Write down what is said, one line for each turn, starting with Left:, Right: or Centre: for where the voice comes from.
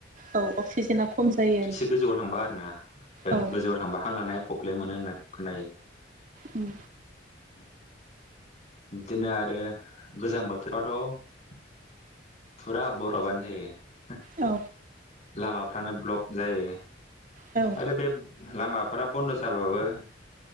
Right: औ अक्सिजेना खम जायो
Left: एसे गोजौआव थांबा आरोना ओं
Right: औ
Left: गोजौ थांबा हां लानाया प्रब्लेम मोनो होनना खोनायो
Right: उम
Left: उम बिदिनो आरो गोजां बोथोरावथ' फुरा बरफानो जायो
Right: औ
Left: लामाफ्रानो ब्लक जायो
Right: औ
Left: आरो बे लामाफ्रा बन्द' जाबाबो